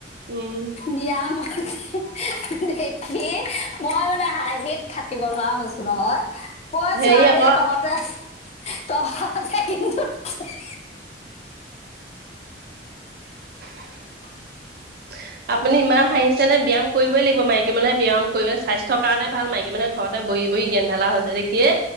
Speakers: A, on the right (about 60°); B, on the left (about 40°).
A: উম
B: বিয়াম <unintelligible> দেখি মই মানে হাঁহিত থাকিব নোৱাৰা হৈছোঁ নহয়। কৈছোঁ
A: হেৰি
B: আৰু
A: আকৌ
B: দেই, তহঁতে-তহঁতে কিন্তু <unintelligible>
A: <unintelligible> আপুনি ইমান হাঁহিছে নে, ব্যায়াম কৰিবই লাগিব। মাইকী মানুহে ব্যায়াম কৰিলে স্বাস্থ্যৰ কাৰণে ভাল। মাইকী মানুহে ঘৰত বহি-বহি গেন্ধালা হৈছে দেখিয়ে